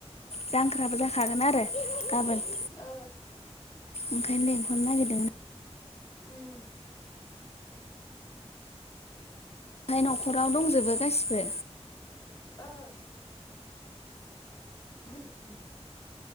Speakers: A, on the left; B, on the left.
A: जांख्राबो जाखागोन आरो गाबोन।
B: ओ।
A: ओंखायनो लिहरनो नागेरदों मोन आं।
B: ओम।
A: ओमफ्राय न'खराव दंजोबो गासिबो?
B: ओं <unintelligible>